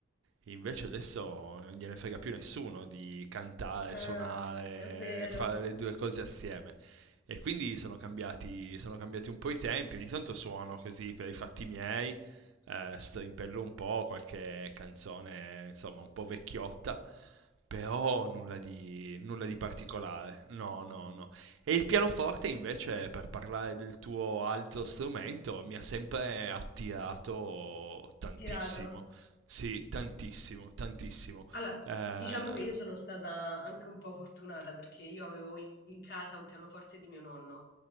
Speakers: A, on the right; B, on the left.
A: invece adesso non gliene frega più nessuno di cantare,
B: Ah,
A: suonare,
B: è vero,
A: fare le due cose assieme. E quindi sono cambiati, sono cambiati un po' i tempi, ogni tanto suono così per i fatti miei, eh, strimpello un po' qualche canzone, insomma, un po' vecchiotta però nulla di, nulla di particolare, no, no, no. E il pianoforte invece, per parlare del tuo altro strumento, mi ha sempre attirato tantissimo.
B: tirato.
A: Sì, tantissimo, tantissimo.
B: Allora,
A: Eh,
B: diciamo che io sono stata anche un po' fortunata perché io avevo in casa un pianoforte di mio nonno